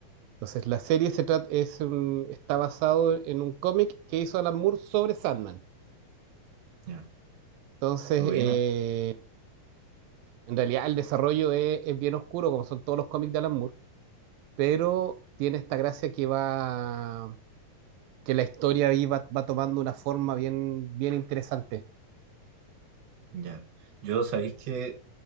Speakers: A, on the right (about 85°); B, on the right (about 55°).
A: Entonces, la serie se trata, es un- está basado en un cómic que hizo Alan Moore sobre Sandman.
B: Ya.
A: Entonces,
B: Qué buena.
A: eh, en realidad el desarrollo es, es bien oscuro, como son todos los cómics de Alan Moore, pero tiene esta gracia que va que la historia ahí va, va tomando una forma bien, bien interesante.
B: Ya. Yo sabéis que